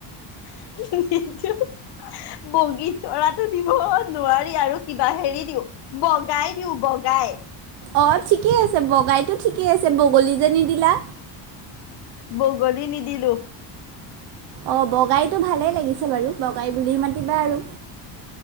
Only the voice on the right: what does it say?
অঁ ঠিকেই আছে বগাইটো ঠিকেই আছে বগলী যে নিদিলা।
অঁ বগাইটো ভালেই লাগিছে বাৰু বগাই বুলিও মাতিবা আৰু